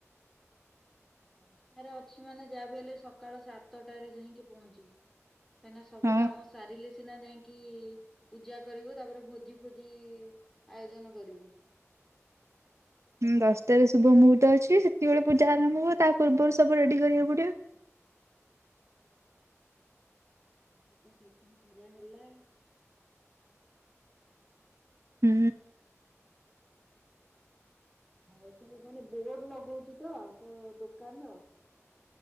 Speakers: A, in the centre; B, on the right.
A: ଦଶଟାରେ ଅଛି ମାନେ ଯାହା ବି ହେଲେ ସକାଳ ସାତଟାରେ ଯାଇଁକି ପହଞ୍ଚିବୁ। କାହିଁନା ସବୁ
B: ହଁ
A: କାମ ସାରିଲେ ସିନା ଯାଇକି ପୂଜା କରିବୁ ତାପରେ ଭୋଜି ଫୋଜି ଆୟୋଜନ କରିବୁ।
B: ହୁଁ ଦଶଟାରେ ଶୁଭ ମୁହୁର୍ତ୍ତ ଅଛି ସେତିକି ବେଳେ ପୂଜା ଆରମ୍ଭ ହବ ତା ପୂର୍ବରୁ ସବୁ ରେଡି କରିଆକୁ ପଡିବ।
A: ତାହେଲେ ତୋ ସୋପ୍ନ ପୂୁରା ହେଲା।
B: ହୁଁ।
A: ଆଉ ସବୁ ମାନେ ବୋର୍ଡ ଲଗଉଚୁ ତ ତୋ ଦୋକାନ ର।